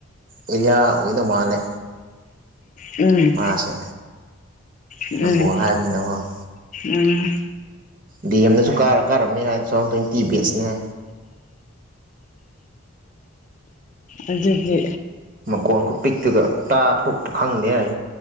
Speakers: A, on the right; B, on the left.
A: ꯑꯦꯔꯤꯌꯥ ꯑꯣꯏꯗꯧ ꯃꯥꯜꯂꯦ
B: ꯎꯝ
A: ꯃꯥꯁꯦ
B: ꯎꯝ
A: ꯅꯝꯕꯣꯜ ꯍꯥꯏꯕꯅꯤꯅꯀꯣ
B: ꯎꯝ
A: ꯗꯤ ꯑꯦꯝꯗꯁꯨ ꯀꯥꯔ ꯀꯥꯔꯝꯃꯦ ꯌꯥꯏ ꯇꯨ ꯊꯥꯎꯖꯟ ꯇ꯭ꯋꯦꯟꯇꯤ ꯕꯦꯁꯅꯦ
B: ꯑꯗꯨꯗꯤ
A: ꯈꯣꯟꯈꯨꯄꯤꯛꯇꯨꯒ ꯇꯥ ꯐꯝ ꯈꯪꯗꯦ ꯍꯥꯏ